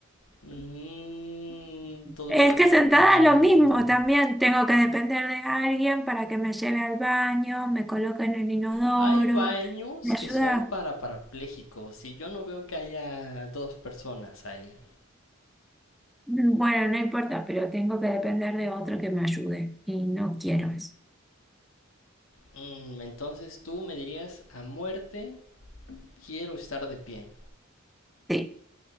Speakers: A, on the left; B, in the centre.
A: Mm, todo
B: Es
A: lo que haces
B: que sentada
A: por quererme llevar
B: es lo
A: la
B: mismo
A: contra.
B: también. Tengo que depender de alguien para que me lleve al baño, me coloque en el inodoro,
A: Hay baños
B: me
A: que
B: ayuda.
A: son para parapléjicos y yo no veo que haya dos personas ahí.
B: Mm, Bueno, no importa, pero tengo que depender de otro que me ayude y no quiero eso.
A: Mm, entonces tú me dirías a muerte quiero estar de pie.
B: Sí,